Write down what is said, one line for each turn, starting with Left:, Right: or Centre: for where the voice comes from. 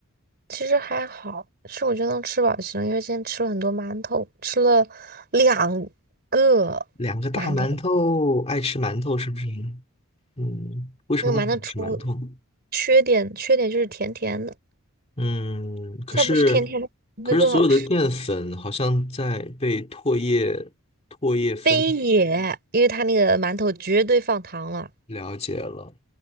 Right: 其实还好，是我觉得能吃饱就行，因为今天吃了很多馒头，吃了两个馒头。
Left: 两个大馒头，爱吃馒头是不是？嗯，为什么那么喜欢吃馒头呢
Right: 那个馒头除缺点缺点就是甜甜的。
Left: 嗯，可是，
Right: 它不是甜甜的会更好吃。
Left: 可是所有的淀粉好像在被唾液唾液分
Right: 非也，因为它那个馒头绝对放糖了，
Left: 了解了，